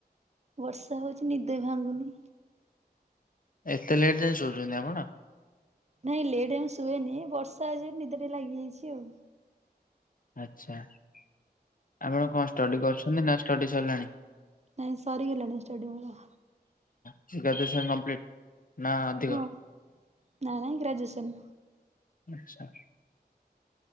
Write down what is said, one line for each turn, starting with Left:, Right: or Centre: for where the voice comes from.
Right: ବର୍ଷା ହଉଛି ନିଦ ବି ଭାଙ୍ଗୁନି।
Left: ଏତେ ଲେଟ୍ ଯାଏ ଶଉଛନ୍ତି ଆପଣ?
Right: ନାଇଁ ଲେଟ ଜାଙ୍କେ ଶୁଏନି ବର୍ଷା ହେଇଚି ବୋଲି ନିଦ ଟିକେ ଲାଗିଯାଇଛି ଆଉ।
Left: ଆଚ୍ଛା। ଆପଣ କଣ ଷ୍ଟଡି କରୁଛନ୍ତି ନା ଷ୍ଟଡି ସରିଲାଣି?
Right: ନାଇ ସରିଗଲାଣି ଷ୍ଟଡି ମୋର।
Left: ସେ ଗ୍ରାଜୁଏସନ୍ କମ୍ପଲିଟ ନା,
Right: ହଁ
Left: ଅଧିକ?
Right: ନା ନାଇ ଗ୍ରାଜୁଏସନ୍।
Left: ଆଚ୍ଛା।